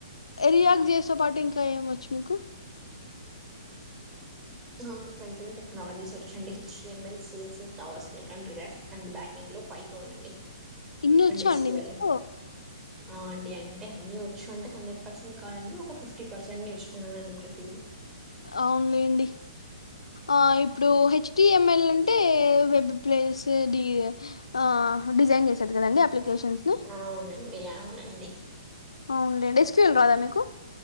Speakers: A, on the left; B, on the right.
A: రియాక్ట్ చేసే పాటు ఇంకా ఏమివచ్చు మీకు
B: నాకు ఫ్రంటరింగ్ టెక్నాలజీస్ వచ్చిండి H T ML JavaScript అంటరుగా అండ్ బ్యాకింగ్ పైతోనండి
A: ఇన్ని వచ్చా
B: అండ్ ఎస్క్యూఎల్
A: అండి మీకు?
B: ఆ అండి అంటే అన్ని వచ్చు అంటే హండ్రెడ్ పర్సెంట్ కాదండి ఒక ఫిఫ్టీ పర్సెంట్ నేర్చుకున్నానండిఅండి ప్రతిది
A: అవునులేండి ఆ ఇప్పుడు హెచ్టిఎంఎల్ అంటే వెబ్ ప్లేస్ డి ఆ డిజైన్ చేసేది కదండి అప్లికేషన్స్
B: ఆవునండి అవునండి
A: అవునులేండి ఈస్ట్రియల్ రాదా మీకు